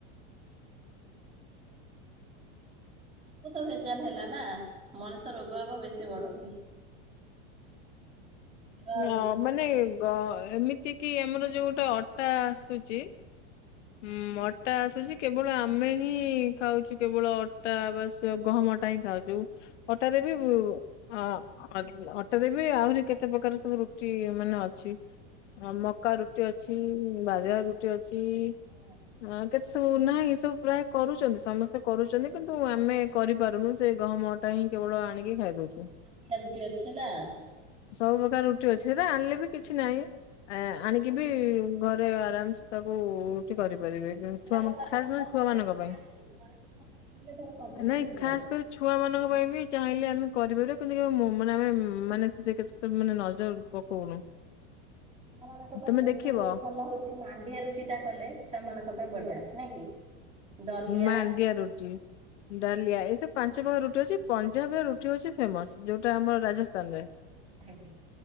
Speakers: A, on the right; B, on the left.
A: ହୁଁ ହୁଁ। ସବୁ ତ ଭେଜାଲ ହେଲା ନା ମଣିଷ ରୋଗ ବାଗ ବେଶୀ ବଢୁଚି। ଧର
B: ହଁ
A: ଯିବୁ
B: ମାନେ ଏ ବ ଏମିତି କି ଆମର ଯୋଉଟା ଅଟା ଆସୁଚି। ହୁଁ ଅଟା ଆସୁଚି କେବଳ ଆମେ ହିଁ ଖାଉଚୁ କେବଳ ଅଟା ବାସ୍ ଗହମ ଅଟ୍। କାଇଁ ଖାଉଚୁ ଅଟାରେ ବି ଉ ହଁ ଅ ଅଟାରେ ବି ଆହୁରି କେତେ ପ୍ରକାର ସବୁ ରୁଟି ମାନେ ଅଛି। ଅ ମକା ରୁଟି ଅଛି ବାଜେରା ରୁଟି ଅଛି।
A: ହଁ!
B: ହଁ କେତେ ସବୁ ନାହିଁ ସବୁ ପ୍ରାୟ କରୁଚନ୍ତି ସମସ୍ତେ କରୁଚନ୍ତି କିନ୍ତୁ ଆମେ କରିପାରୁନୁ ସେ ଗହମ ଅଟା ହିଁ କେବଳ ଆଣିକି ଖାଇ ଦଉଚୁ।
A: <unintelligible> ରୁଟି ଅଛି <unintelligible>
B: ସବୁ ପ୍ରକାର ରୁଟି ଅଛି ସେ ଆଣିଲେ ବି କିଛି ନାଇଁ। ଆ ଆଣିକି ବି ଘରେ ଆରାମସେ ତାକୁ ରୁଟି କରିପାରିବେ। ଉମ୍
A: ସେଟା
B: ଛୁଆ ମ
A: ଘରେ
B: ଖାସ୍
A: ସମସ୍ତେ
B: ନହଲେ ଛୁଆମାନଙ୍କ
A: ସିନା
B: ପାଇଁ
A: ଖାଇଲେ ଘରେ ସମସ୍ତେ ଖାଇଲେ ଧର କରିଦେଲେ
B: ନାଇଁ
A: କିଛି
B: ଖାସ୍
A: ନାହିଁ।
B: କରି ଛୁଆମାନଙ୍କ ପାଇଁ ବି ଚାହିଁଲେ ଆମେ କରିପାରିବା କିନ୍ତୁ କେବେ ମୋ ମାନେ ଆମେ ମାନେ <unintelligible> ତ ମାନେ ନଜର ପକଉନୁ।
A: <unintelligible> ପାଇଁ
B: ତମେ
A: ବେଶୀ
B: ଦେଖିବ
A: ହଉଚି ଭଲ ହଉ ମାଣ୍ଡିଆ ରୁଟିଟା କଲେ ଛୁଆମାନଙ୍କ ପାଇଁ ବଢିଆ ନାଇଁ କି? ଦଲିଆ
B: ମାଣ୍ଡିଆ ରୁଟି। ଡାଲିଆ ଏସବୁ ପାଞ୍ଚ ପ୍ରକାର ରୁଟି ଅଛି। ପଞ୍ଜାବରେ ରୁଟି ହଉଛି‌ ଫେମସ୍ ଯୋଉଟା ଆମର ରାଜସ୍ଥାନରେ।
A: ହୁଁ!